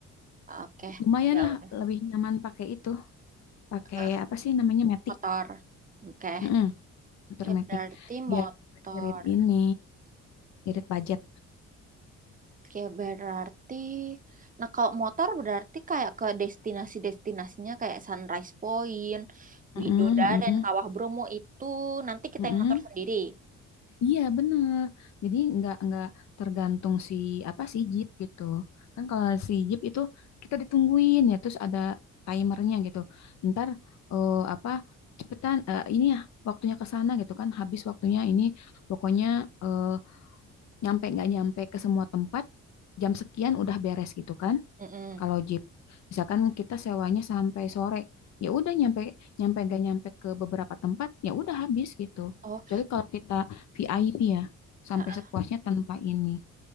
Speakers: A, on the right; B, on the left.
A: Oke,
B: Lumayan
A: Ya
B: lah
A: udah.
B: lebih nyaman pakai itu pakai
A: Ah,
B: apa sih namanya matic
A: motor. Oke.
B: Mm-mm, Motor
A: Oke,
B: matic
A: berarti
B: biar
A: motor.
B: irit ini irit budget.
A: Oke, berarti nah kalau motor berarti kayak ke destinasi-destinasinya kayak Sunrise Point,
B: Mm-mm,
A: Widodaren,
B: mm-mm,
A: Kawah Bromo itu nanti kita
B: mm-mm.
A: yang ngatur sendiri.
B: Iya bener jadi nggak nggak tergantung si apa si Jeep gitu kan kalau si Jeep itu kita ditungguin ya terus ada timernya gitu ntar eh, apa cepetan eh, ini ya waktunya ke sana gitu kan habis waktunya ini pokoknya eh, nyampe nggak nyampe ke semua tempat jam sekian udah beres gitu kan
A: Mm-mm.
B: Kalau jeep, misalkan kita sewanya sampai sore, ya udah nyampe nyampe gak nyampe ke beberapa tempat, ya udah habis gitu.
A: Oh,
B: Kecuali kalau kita VIP ya, sampai
A: heeh.
B: sepuasnya tanpa ini.